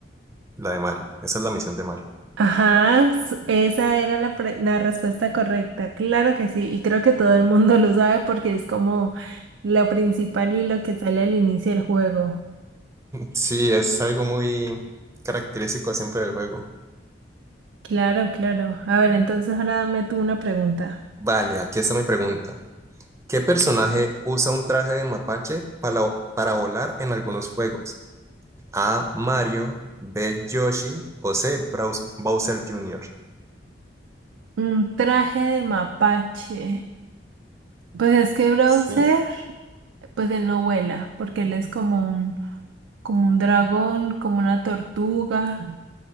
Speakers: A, on the right; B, on the right.
A: la de Mario. Esa es la misión de Mario.
B: Ajá, s- esa era la, pre- la respuesta correcta, claro que sí, y creo que todo el mundo <laughs> lo sabe porque es como lo principal y lo que sale al inicio del juego.
A: Sí, es algo muy característico siempre del juego.
B: Claro, claro. A ver, entonces ahora dame tú una pregunta.
A: Vale, aquí está mi pregunta. ¿Qué personaje usa un traje de mapache para, para volar en algunos juegos? A. Mario, B. Yoshi o C. Braus- Bowser Jr.
B: Un traje de mapache. Pues es que Browser,
A: Sí,
B: pues él no vuela, porque él es como un, como un dragón, como una tortuga.